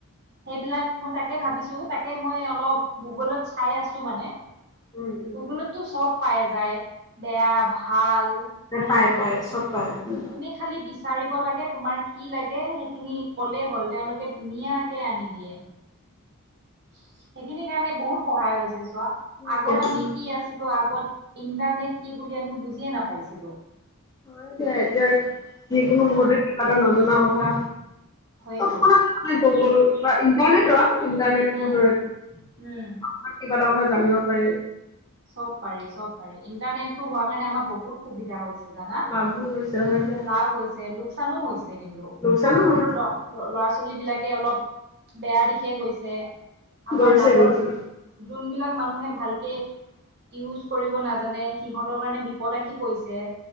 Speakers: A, on the right (about 50°); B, on the left (about 15°).
A: সেইবিলাক মই তাকে ভাবিছো তাকে মই অলপ গুগলত চাই আছো মানে
B: উম উম
A: গুগলতটো চব পাই যায় বেয়া ভাল
B: তে
A: হয়
B: পায়
A: নে নহয়
B: পায় চব পায় উম
A: তুমি খালি। বিচাৰিব লাগে তোমাৰ কি লাগে সেইখিনি ক'লেই হ'ল তেওঁলোকে ধুনীয়াকে আনি দিয়ে।
B: উ
A: সেইখিনি কাৰণে বহুত সহায় হৈছে চোৱা
B: হয়
A: আগত
B: দিয়া
A: আমি
B: উম,
A: কি আছিলো আগত। ইণ্টাৰনেট কি বুলি আমি বুজিয়ে নাপাইছিলোঁ?
B: হয় দিয়া এতিয়া যিকোনো
A: উম
B: মুহুৰ্ততে কিবা এটা নজনা কথা।
A: হয়তো
B: ত গগল বা ইণ্টাৰনেটৰ। ইণ্টাৰনেটৰ
A: উম
B: জৰিয়তে
A: উম
B: আপোনাক কিবা এটা কথা জানিব পাৰি।
A: চব পাৰি চব পাৰি ইন্টাৰনেটটো হোৱাৰ কাৰণে আমাৰ বহুত সুবিধা হৈছে? জানা
B: লাভো হৈছে হয় দিয়া।
A: লাভ হৈছে লোক। লোকচানো হৈছে কিন্তু
B: লোকচানো
A: সৰু সৰু
B: হৈছে
A: ল লৰা ছোৱালীৰ। ছোৱালীবিলাকে অলপ বেয়া দিশে গৈছে আমাৰ
B: গৈছে
A: ডাঙৰ।
B: গৈছে
A: যিবিলাক মানুহে ভালকে ইউচ কৰিব নাজানে সিহতৰ কাৰনে বিপদ আহি। কৈছে